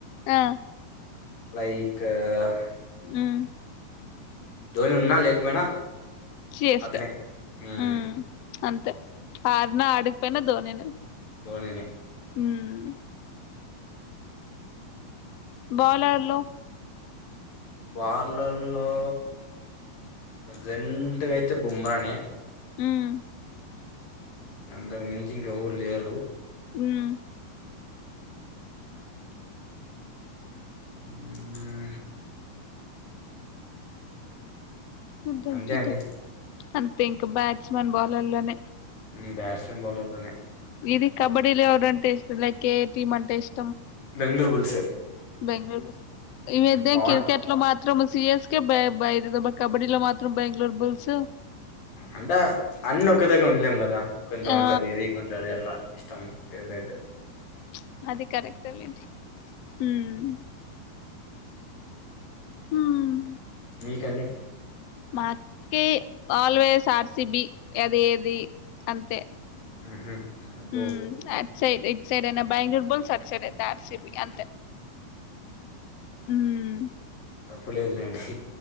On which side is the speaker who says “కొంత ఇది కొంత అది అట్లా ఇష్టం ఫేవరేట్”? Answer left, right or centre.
Left